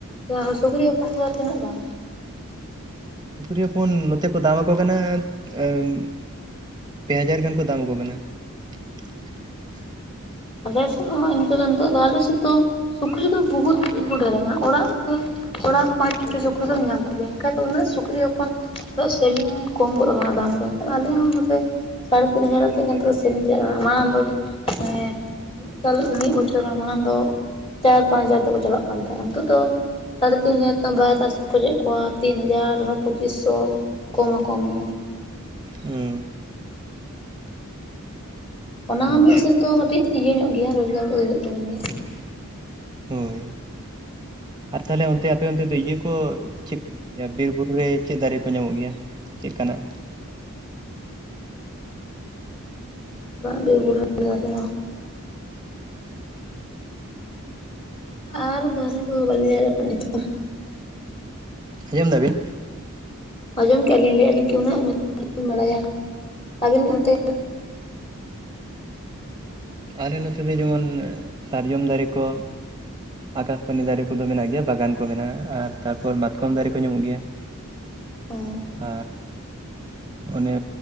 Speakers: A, on the left; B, on the right.
A: ᱡᱟᱦᱟᱸ ᱥᱩᱠᱨᱤ ᱦᱚᱯᱚᱱ ᱫᱚ ᱛᱤᱱᱟᱹᱜ ᱫᱟᱢ
B: ᱥᱩᱠᱨᱤ ᱦᱚᱯᱚᱱ ᱱᱚᱛᱮ ᱠᱚ ᱫᱟᱢ ᱟᱠᱚ ᱠᱟᱱᱟ ᱮᱸᱫ ᱯᱮ ᱦᱟᱡᱟᱨ ᱜᱟᱱ ᱠᱚ ᱫᱟᱢ ᱟᱠᱚ ᱠᱟᱱᱟ <inaudible>
A: ᱟᱞᱮᱥᱮᱫ ᱦᱚᱸ ᱤᱱᱠᱟᱹ ᱫᱚ ᱱᱤᱛᱚᱜ ᱫᱚ ᱟᱞᱮ ᱥᱮᱫ ᱫᱚ ᱥᱩᱠᱨᱤ ᱫᱚ ᱵᱚᱦᱩᱛ ᱰᱟᱹᱨ ᱟᱠᱟᱱᱟ ᱚᱲᱟᱜ ᱫᱚ ᱚᱲᱟᱜ ᱯᱟᱸᱪ ᱪᱷᱚᱴᱤ ᱥᱩᱠᱨᱤ ᱫᱚᱢ ᱧᱟᱢ ᱠᱚᱜᱮᱭᱟ ᱮᱱᱠᱷᱟᱡ ᱫᱚ ᱩᱱᱟᱹᱜ ᱥᱩᱠᱨᱤ ᱦᱚᱯᱚᱱ ᱥᱮᱞᱤᱝ ᱠᱚᱢ ᱜᱚᱫ ᱠᱟᱱᱟ ᱫᱟᱢ ᱠᱚ ᱮᱱᱠᱷᱟᱱ ᱟᱞᱮ ᱦᱚᱸ ᱱᱚᱛᱮ ᱥᱟᱲᱮ ᱛᱤᱱ ᱦᱟᱡᱟᱨ ᱠᱟᱛᱮᱫ ᱜᱮ ᱱᱤᱛᱚᱜ ᱫᱚ ᱥᱮᱞᱤᱝ ᱪᱟᱞᱟᱜ ᱢᱟᱲᱟᱝ ᱫᱚ ᱮ ᱢᱤᱫ ᱥᱟᱞ ᱢᱤᱫ ᱵᱚᱪᱷᱚᱨ ᱜᱟᱱ ᱢᱟᱲᱟᱝ ᱫᱚ ᱪᱟᱨ ᱯᱟᱸᱪ ᱦᱟᱡᱟᱨ ᱛᱮᱠᱚ ᱪᱟᱞᱟᱜ ᱠᱟᱱ ᱛᱟᱦᱮᱸᱱᱟ ᱱᱤᱛᱚᱜ ᱫᱚ ᱥᱟᱲᱮ ᱛᱤᱱ ᱦᱟᱡᱟᱨ ᱛᱮ ᱦᱚᱸ ᱵᱟᱭ <unintelligible> ᱠᱚᱣᱟ ᱛᱤᱱ ᱦᱟᱡᱟᱨ ᱟᱨᱦᱚᱸ ᱯᱚᱸᱪᱤᱥ ᱥᱚ ᱠᱚᱢ ᱟᱠᱚ ᱢᱮ᱾
B: ᱦᱩᱸ
A: ᱚᱱᱟ ᱦᱚᱸ
B: ᱟᱪᱪᱷᱟ
A: ᱢᱤᱫ ᱥᱮᱫ ᱫᱚ ᱠᱟᱹᱴᱤᱡ ᱤᱭᱟᱹ ᱧᱚᱜ ᱜᱮᱭᱟ, ᱨᱚᱡᱽᱜᱟᱨ ᱦᱳᱭᱳᱜ ᱛᱟᱵᱤᱱ ᱜᱤᱭᱟ᱾
B: ᱦᱳᱭ ᱟᱨ ᱛᱟᱦᱞᱮ ᱚᱱᱛᱮ ᱟᱯᱮ ᱚᱱᱛᱮ ᱫᱚ ᱤᱭᱟᱹ ᱠᱚ ᱪᱮᱫ ᱜᱮᱭᱟ ᱵᱤᱨ ᱵᱩᱨᱩ ᱨᱮ ᱪᱮᱫ ᱫᱟᱨᱮ ᱠᱚ ᱧᱟᱢᱚᱜ ᱜᱮᱭᱟ ᱪᱮᱫ ᱞᱮᱠᱟᱱᱟᱜ
A: ᱵᱤᱨ ᱵᱩᱨᱩ ᱫᱟᱨᱮ ᱨᱮᱫᱚ ᱟᱨ ᱫᱟᱨᱮ ᱠᱚ ᱵᱟᱞᱤᱧ ᱞᱟᱹᱭ ᱫᱟᱲᱮᱭᱟᱜ ᱠᱟᱱᱟ ᱱᱤᱛᱚᱜ ᱫᱚ
B: ᱟᱸᱡᱚᱢ ᱮᱫᱟ ᱵᱤᱱ
A: ᱟᱡᱚᱢ ᱠᱮᱫᱟᱞᱤᱧ ᱞᱟᱹᱭᱼᱟᱞᱤᱧ ᱩᱱᱟᱹᱜ ᱧᱩᱛᱩᱢ ᱵᱟᱞᱤᱧ ᱵᱟᱲᱟᱭᱟ ᱟᱹᱵᱤᱱ ᱚᱱᱛᱮ
B: ᱟᱞᱮ ᱱᱚᱛᱮ ᱫᱚ ᱡᱮᱢᱚᱱ ᱥᱟᱨᱡᱚᱢ ᱫᱟᱨᱮ ᱠᱚ ᱟᱠᱟᱥᱵᱟᱱᱤ ᱫᱟᱨᱮ ᱠᱚᱫᱚ ᱢᱮᱱᱟᱜ ᱜᱮᱭᱟ ᱵᱟᱜᱟᱱ ᱠᱚ ᱢᱮᱱᱟᱜᱼᱟ ᱟᱨ ᱛᱟᱨᱯᱚᱨ ᱢᱟᱛᱠᱚᱢ ᱫᱟᱨᱮ ᱠᱚ ᱧᱟᱢᱚᱜ ᱜᱮᱭᱟ
A: ᱦᱚᱸ
B: ᱟᱨ ᱚᱱᱮ